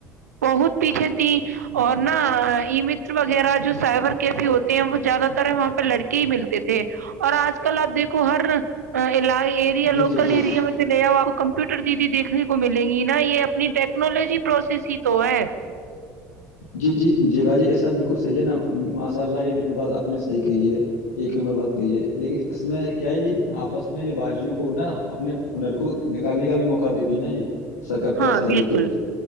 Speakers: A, on the right; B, on the left.
A: بہت پیچھے تیں اور نہا ای متر وغیرہ جو سائبر کیفے ہوتے ہیں وہ زیادہ تر وہاں پہ لڑکے ہی ملتے تھے اور آج کل آپ دیکھو ہر ایریا لوکل
B: جی جی
A: ایریا میں چے آؤ آپ کمپیوٹر دییدی دیکھنے کو ملے گی نا یہ اپنی ٹیکنالوجی پروسیس ہی تو ہے
B: جی جی جی گا جی ایس سب بالکل صحیح ہے نا ماشاء اللہ یہ بالکل بات آپ نے صحیح کہی ہے ایک نمبر بات کہی ہے لیکن اس میں کیا ہے یہ آپس میں جو باازیوں کو نا اپنے ار کو نکالنے کا بھی موقع دیتی ہے نا یہ سرکار پریاس
A: ہاں
B: کر
A: بالکل
B: رہی تھی گٹی